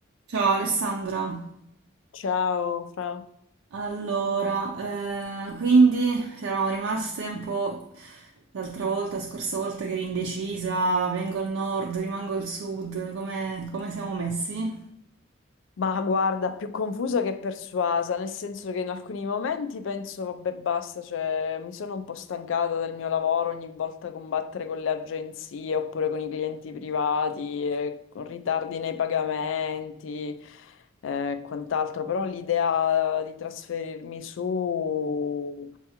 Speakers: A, on the right; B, on the left.
A: Ciao Alessandra,
B: Ciao, Fra.
A: allora, eh, quindi ci eravamo rimaste un po' l'altra volta, scorsa volta che eri indecisa, vengo al nord, rimango al sud, come, come siamo messi?
B: Ma guarda, più confusa che persuasa, nel senso che in alcuni momenti penso, vabbè, basta, cioè, mi sono un po' stancata del mio lavoro ogni volta combattere con le agenzie oppure con i clienti privati, e con ritardi nei pagamenti eh, e quant'altro, però l'idea di trasferirmi su,